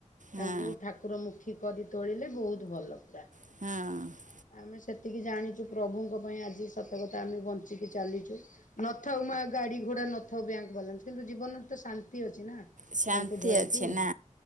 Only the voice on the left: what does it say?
ତାଙ୍କୁ
ଠାକୁର ମୁଖୀ କରି ତୋଳିଲେ ବୋହୁତ ଭଲ ପୁରା।
ଆମେ ସେତିକି ଜାଣିଛୁ ପ୍ରଭୁଙ୍କ ପାଇଁ ଆଜି ସତ କଥା ଆମେ ବଞ୍ଚିକି ଚାଲିଛୁ। ନଥାଉ ମା ଗାଡି ଘୋଡା ନଥାଉ ବ୍ୟାଙ୍କ ବାଲାନ୍ସ କିନ୍ତୁ ଜୀବନରେ ତ ଶାନ୍ତି ଅଛି ନା।
ତାଙ୍କୁ ଧରିକି